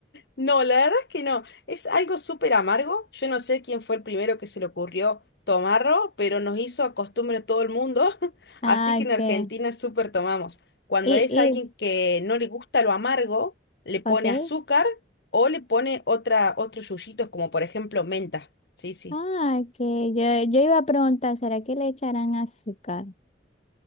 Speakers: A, on the left (about 65°); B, on the left (about 35°).
A: No, la verdad es que no. Es algo súper amargo. Yo no sé quién fue el primero que se le ocurrió tomarlo, pero nos hizo costumbre todo el mundo. <laughs>
B: Ah,
A: Así que en Argentina
B: que,
A: súper tomamos. Cuando
B: y,
A: es
B: y,
A: alguien que no le gusta lo amargo, le pone
B: ok.
A: azúcar o le pone otra, otros yuyitos, como por ejemplo menta. Sí, sí.
B: Ah, que yo, yo iba a preguntar, ¿será que le echarán azúcar?